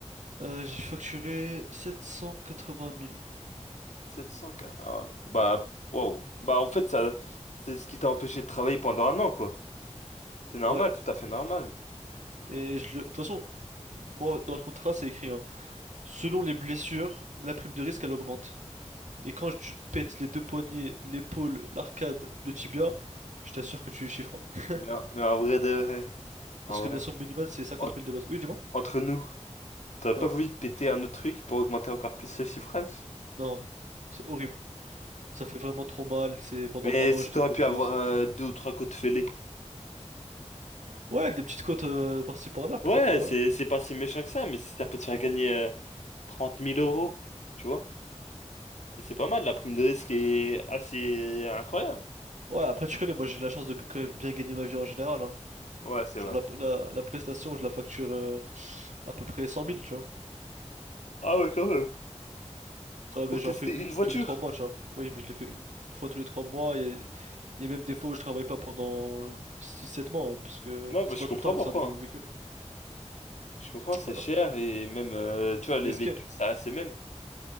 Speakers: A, on the right (about 85°); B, on the left (about 75°).
A: Euh, j'ai facturé sept cent quatre-vingt mille.
B: 700. Ah, bah, waouh. Bah, en fait, ça, c'est ce qui t'a empêché de travailler pendant un an, quoi. C'est normal,
A: Ouais,
B: tout à fait normal.
A: et je le... De toute façon, moi, dans le contrat, c'est écrit, hein. Selon les blessures, la prime de risque, elle augmente. Et quand tu te pètes les deux poignets, l'épaule, l'arcade, le tibia, je t'assure que tu es chiffres. hein.
B: Mais en, mais en vrai de vrai,
A: Parce
B: en
A: que la
B: vrai,
A: somme minimale, c'est cinquante
B: en-
A: mille de base. Oui, dis-moi.
B: entre nous, t'aurais
A: Ouais.
B: pas voulu te péter un autre truc pour augmenter encore plus ce chiffrage?
A: Non. C'est horrible. Ça fait vraiment trop mal. C'est pendant
B: Mais
A: un an,
B: si
A: j'étais
B: t'aurais
A: bloqué.
B: pu avoir
A: c'est-
B: euh, deux ou trois coups de fêlé.
A: Ouais, des petites côtes euh, par-ci par-là, pourquoi
B: Ouais,
A: pas,
B: c'est
A: ouais. mais-
B: c'est pas si méchant que ça, mais si ça peut te faire gagner euh, 30 000 euros, tu vois? C'est pas mal, la prime de risque est assez incroyable.
A: Ouais, après, tu connais, moi, j'ai de la chance de quand même bien gagner ma vie en général. hein.
B: Ouais, c'est
A: Genre,
B: vrai.
A: la, la, la prestation, je la facture euh, à peu près cent mille, tu vois.
B: Ah ouais, quand même.
A: Ouais,
B: Pour
A: mais j'en
B: tester
A: fais une
B: une voiture.
A: tous les trois mois, tu vois. Oui, mais je l'ai fait une, une fois tous les trois mois. Il y a, il y a même des fois où je travaille pas pendant six sept mois, hein, parce que
B: Ouais, bah,
A: c'est
B: je
A: pas tout
B: comprends
A: le temps qu'ils
B: pourquoi.
A: sortent des
B: hein.
A: nouveaux véhicules.
B: Je comprends, c'est
A: Voilà.
B: cher et même, euh, tu vois, les
A: C'est risqué.
B: véhicules, ça a ses mêmes.